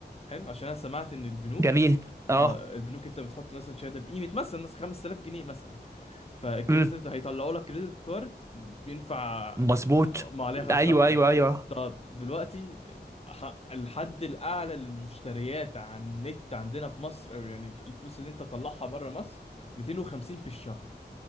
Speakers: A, on the left; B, on the right.
A: حلو عشان انا سمعت ان البنوك
B: جميل اه
A: اه البنوك انت بتحط مثلا شهاده بقيمه مثلا مثلا 5000 جنيه مثلا فالكريدت
B: امم
A: هيطلعوا لك كريدت كارد بينفع
B: مظبوط
A: ما عليها خمس
B: ايوه
A: طب طب
B: ايوه ايوه
A: طب دلوقتي ح- الحد الاعلى للمشتريات على النت عندنا في مصر أو يعني الفلوس اللي انت تطلعها بره مصر 250 في الشهر